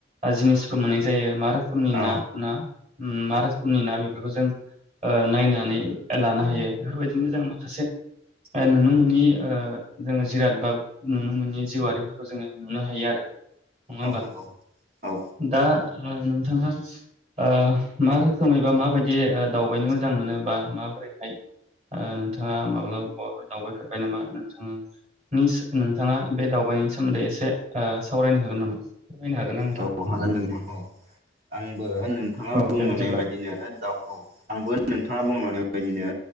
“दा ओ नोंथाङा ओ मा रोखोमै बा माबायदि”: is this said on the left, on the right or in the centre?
Right